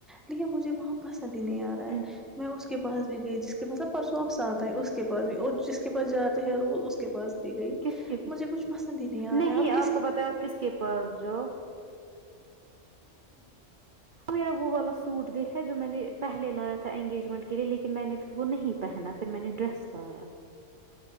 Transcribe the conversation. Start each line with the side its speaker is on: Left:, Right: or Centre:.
Centre: لیکن مجھے وہاں بس بھی نہیں آ رہا ہے
Right: ام
Centre: میں اس کے اس کے پاس بھی گئے جس کے پاس ن پرسوں آپ سے آ ہے اسس کے پاس بھی اور جس کے پاس جاتے ہیں روز اس کے پاس گئی
Right: کس کے
Centre: <unintelligible> پسند ہی آ
Right: نہیں
Centre: رہا ہے اب
Right: آپ
Centre: کس
Right: کو پتا آپ کس کے پاس جو <unintelligible>
Centre: ہاں <unintelligible>
Right: میرا وہ والا سوٹ دیکھا جو میں نے پہلے لایا تھا انگیجمنٹ کے لئے لیکن میں نے پھر وہ نہیں پہنا پھر میں نے ڈریس لایا